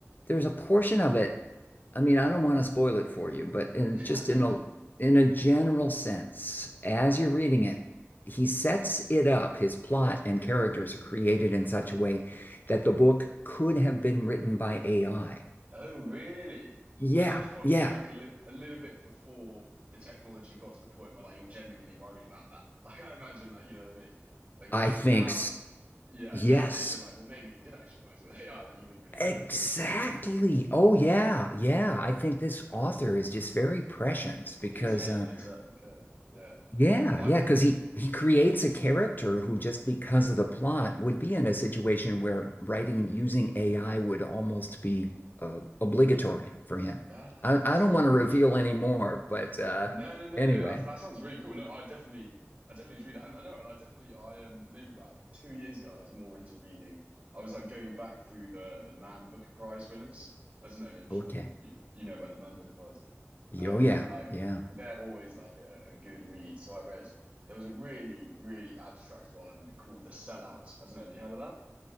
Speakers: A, on the left; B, on the right.
A: there's a portion of it. I mean, I don't want to spoil it for you, but in,
B: <laughs>
A: just in a in a general sense, as you're reading it, he sets it up. His plot and characters are created in such a way that the book could have been written by AI.
B: Oh, really?
A: Yeah,
B: And that was probably
A: yeah.
B: like a li a little bit before the technology got to the point where like you're genuinely worried about that. <laughs> Like I imagine, like you know what I mean? Like I feel
A: I
B: like
A: think.
B: now, yeah, nowadays
A: Yes,
B: you're like, well, maybe he did actually write it with <laughs> AI. Like you wouldn't really know.
A: exactly.
B: Um, mm.
A: Oh yeah, yeah. I think this author is just very prescient because
B: he was ahead
A: uh
B: of the tur curve. Yeah.
A: yeah,
B: I
A: yeah, because he he creates a character who just because of the plot would be in a situation where writing using AI would almost be uh, obligatory for him.
B: oh,
A: I,
B: super
A: I don't want to
B: interesting.
A: reveal any more, but uh
B: No, no, no,
A: anyway.
B: no. That's that sounds really cool. No, I definitely, I definitely need to read that, and I know, and I definitely, I um, maybe about two years ago, I was more into reading. I was like going back through the the Man Booker Prize winners. I don't know, I'm sure
A: Okay.
B: you, you know about the Man Booker Prize, um,
A: Oh yeah,
B: and like
A: yeah.
B: they're always like a, a good read. So I read there was a really, really abstract one called The Sellout. I don't know, have you heard of that?